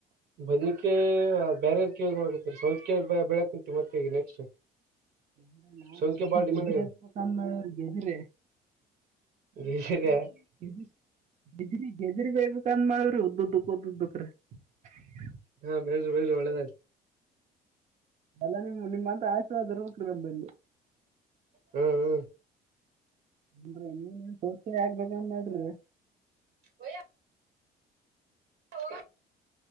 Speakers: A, on the right; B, on the right.
A: ಬದಕ್ಕೆ ಬೇರವ್ರ ಕೇಳ ನೋಕತ ಸೌತ್ ಕ ಬೆಳಕ್ ಕುಂಂತವಿ ಮತ್ತೆ ಈ ನೆಕ್ಸ್ಟ್
B: ಎಲ್ಲ ನಾನ್
A: ಸೌಂತಿಕಾಯಿ
B: ಗೆ್ದು
A: ಬಾಳ ಡಿಮ್ಯಾಂಡ್
B: ಗೆಜ್ರೆ
A: ಆಗ್ಯದ
B: ಹತ್ ಕಂದ ಮಾಡ್ರ ಗೆಜ್ರೆ
A: ಬರಿಯ
B: ಜ ಗಜ್ರಿ ಗಜ್ರಿ ಬೇಕ್ ಅಂದ ಮಾಡ್ರಿ ಉದ್ದದ್ದ ಉದದ್ದಕ್ಕ್ರೀ ಹ
A: ಹಾ ಬೆೇಳಸ ಬೆಳ ಒಳ್ಳೆದ
B: ಎಲ್ಲ ನಿಮ್ಮ ನಿಮ್ಮಂತ ಆಶೀರ್ವಾದ ರ್ರಲ್ಲಿ
A: ಹ್ಮ್ ಹ್ಮ್
B: ಹನ್ರಿ ನೀನ್ೇನ್ ಸೋಸ ಆಗ್ಬೇಕನ್ ಮಾಡಡ್ರಿ
A: ಯ ಯ ಹೌ